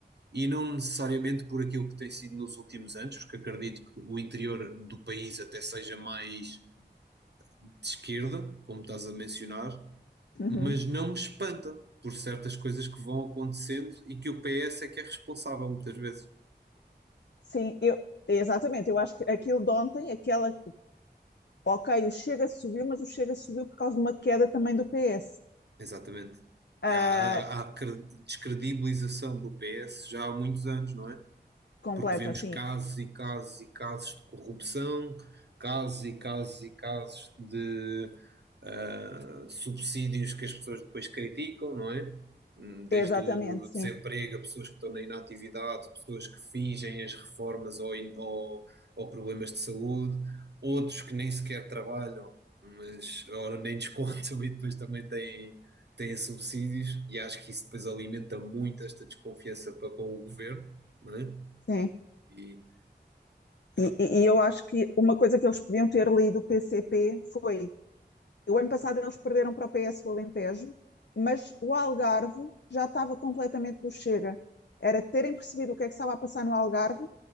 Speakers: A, on the right; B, on the left.
A: E não necessariamente por aquilo que tem sido nos últimos anos, porque acredito que o interior do país até seja mais de esquerda, como estás a mencionar,
B: Uhum.
A: mas não me espanta por certas coisas que vão acontecendo e que o PS é que é responsável muitas vezes.
B: Sim, eu, exatamente. Eu acho que aquilo de ontem, aquela. Ok, o Chega subiu, mas o Chega subiu por causa de uma queda também do PS.
A: Exatamente.
B: Ah,
A: E Há, há cre- descredibilização do PS já há muitos anos, não é?
B: completa,
A: Porque vemos
B: sim.
A: casos e casos e casos de corrupção, casos e casos e casos de ah, subsídios que as pessoas depois criticam, não é? Hum, Desde
B: Exatamente,
A: o
B: sim.
A: desemprego, a pessoas que estão na inatividade, pessoas que fingem as reformas ou, in- ou, ou problemas de saúde, outros que nem sequer trabalham, mas ora nem descontam <laughs> e depois também têm, têm subsídios, e acho que isso depois alimenta muito esta desconfiança para com o governo, não é?
B: Sim.
A: E pronto,
B: E, e- e eu acho que uma coisa que eles podiam ter lido o PCP foi O ano passado eles perderam para o PS o Alentejo, mas o Algarve já estava completamente do chega. Era terem percebido o que é que estava a passar no Algarve